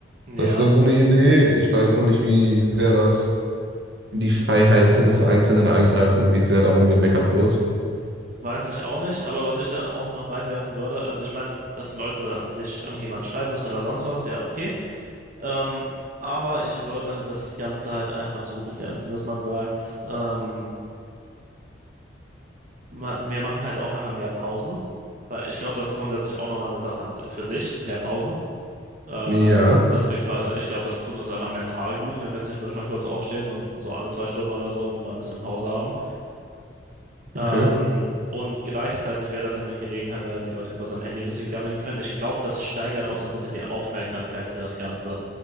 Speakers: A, on the right (about 45°); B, on the right (about 65°).
A: ja,
B: Das wäre so eine Idee. Ich weiß nur nicht, wie sehr das in die Freiheit des Einzelnen eingreift und wie sehr darum gemeckert wird.
A: weiß ich auch nicht. Aber was ich da auch noch reinwerfen würde, also ich meine, dass Leute an sich irgendjemand schreiben müssen oder sonst was, ja, okay. Ähm, aber ich würde das Ganze halt einfach so begrenzen, dass man sagt, ähm, ma- wir machen halt auch einfach mehr Pausen. Weil ich glaube, das ist grundsätzlich auch nochmal eine Sache an, si, für sich, mehr Pausen. Äh,
B: Ja,
A: dass wir quasi, ich glaube, das tut uns einfach mental gut, wenn wir zwischendurch mal kurz aufstehen und so alle zwei Stunden oder so und mal ein bisschen Pause haben. Ähm,
B: okay.
A: und gleichzeitig wäre das dann eine Gelegenheit, damit die Leute kurz am Handy ein bisschen gammeln können. Ich glaube, das steigert auch so ein bisschen die Aufmerksamkeit für das Ganze.